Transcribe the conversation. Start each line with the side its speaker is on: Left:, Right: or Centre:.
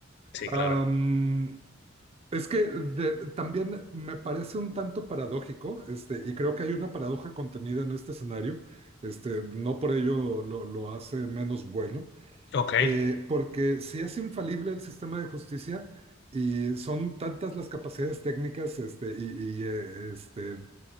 Left: Sí,
Right: Am,
Left: claro.
Right: Es que de- también me parece un tanto paradójico, este, y creo que hay una paradoja contenida en este escenario, este, no por ello lo, lo hace menos bueno,
Left: Ok,
Right: eh, porque si es infalible el sistema de justicia y son tantas las capacidades técnicas, este, y, y, eh, este, eh,